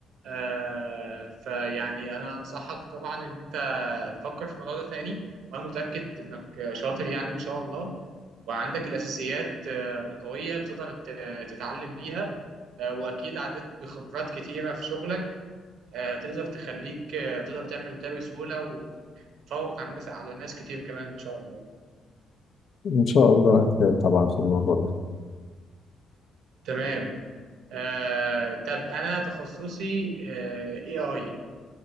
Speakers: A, on the right; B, on the left.
A: آه، فيعني انا انصحك طبعا ان انت تفكر في الموضوع ده تاني وانا متأكد انك شاطر يعني ان شاء الله وعندك الاساسيات آه، القوية اللي تقدر ت- تتعلم بيها آه، واكيد عديت بخبرات كتيرة في شغلك آه، تقدر تخليك آه، تقدر تعمل ده بسهولة وتفوق على الناس على ناس كتير كمان ان شاء الله
B: إن شاء الله هتفيد طبعا في الموضوع ده
A: تمام آه، طب انا تخصصي اي اي